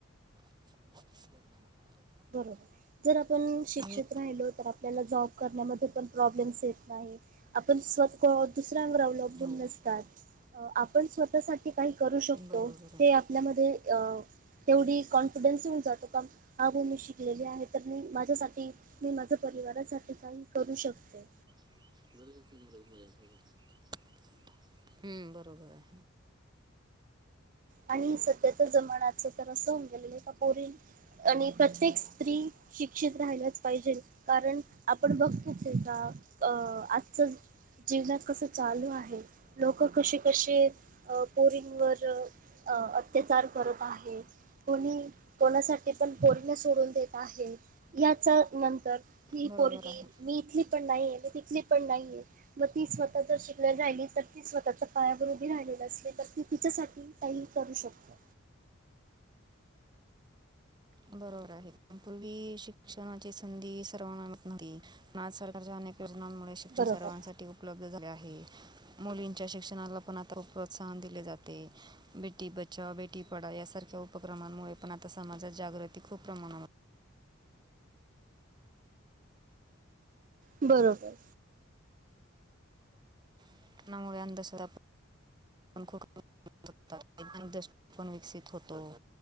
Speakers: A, on the right; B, on the right.
A: <unintelligible>
B: बरोबर, जर आपण शिक्षित
A: आणि
B: राहिलो तर, आप त्यांना जॉब करण्यामध्ये पण प्रॉब्लेमस येत नाहीत. आपण सतत दुसऱ्यावर अवलं लंबून
A: हो
B: नसतात. आपण स्वतः काही करू शकतो
A: बरोबर आहे
B: हे आपल्यामध्ये अ तेवढी कॉन्फिडन्स येऊन जातो का? हा <unintelligible> शिकलेली आहे, तर मी माझ्यासाठी, मी माझ्या परिवारासाठी काही करू शकते.
A: <unintelligible> हूम बरोबर हाय.
B: आणि सध्या तर जमानाचं तर आसं होऊन गेलेलय पा पोरी आणि प्रत्येक स्त्री शिक्षित राहायलाच पाहिजे. कारण आपण बघतोच हाय का अ आजच जीवनात कस चालू आहे? लोक कशी कशी पोरिंवर अ अत्याचार करत आहेत. कोणी कोणासाठी पण, पोरीला सोडून देत आहे, याच्या नंतर ही
A: बरोबर
B: पोरगी,
A: आहे
B: मी इथली पण नाहीये, मी तिथली पण नाहीये. मग ती स्वतः जर शिकल्या राहिली तर, ती स्वतःच्या पायावर उभी राहिलेली असली, तर ती तिच्यासाठी काहीही करू शकते.
A: बरोबर आहे. पूर्वी शिक्षणाची संधी सर्वांना नव्हती. आज सरकारच्या अनेक योजनांमुळे शिक्षण
B: बरोबर
A: सर्वांसाठी उपलब्ध झाले आहे. मुलींच्या शिक्षणाला पण आता प्रोत्साहन दिले जाते. बेटी बचाव, बेटी पढाव यासारख्या उपक्रमांमुळे पण, आता समाजात जागृती खूप प्रमाणावर
B: बरोबर.
A: <unintelligible> खूप वैिक <unintelligible> दष्टी पण विकसित होतोय.